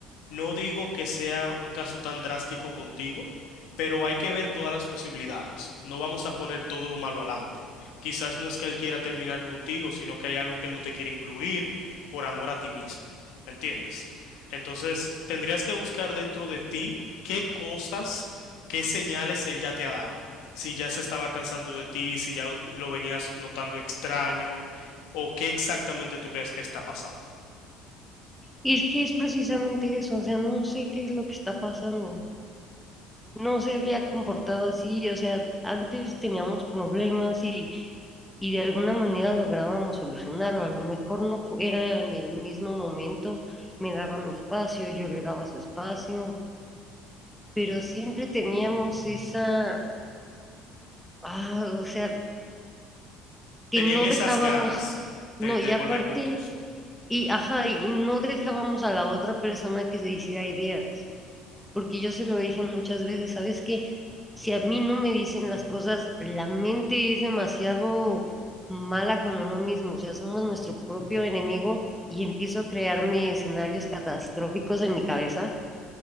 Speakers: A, on the left; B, in the centre.
A: No digo que sea un caso tan drástico contigo, pero hay que ver todas las posibilidades. No vamos a poner todo lo malo adelante. Quizás no es que él quiera terminar contigo, sino que hay algo que él no te quiere incluir por amor a ti misma. ¿Entiendes? Entonces, tendrías que buscar dentro de ti qué cosas, qué señales él ya te ha dado. Si ya se estaba cansando de ti, si ya los- lo venías notando extraño, o qué exactamente tú crees que está pasando.
B: Y es que es precisamente eso, o sea, no sé qué es lo que está pasando. No se había comportado así, o sea, antes teníamos problemas y, y de alguna manera lográbamos solucionarlo. A lo mejor no fu- era en el mismo momento, me daba mi espacio, yo le daba su espacio, pero siempre teníamos esa, ah, o sea, que
A: tenían
B: no
A: esas
B: dejábamos,
A: ganas
B: no,
A: de, de
B: y aparte,
A: volver juntos.
B: y ajá, y no dejábamos a la otra persona que se hiciera idea. porque yo se lo dije muchas veces, ¿sabes qué? Si a mí no me dicen las cosas, la mente es demasiado mala con uno mismo, o sea, somos nuestro propio enemigo y empiezo a crearme escenarios catastróficos en mi cabeza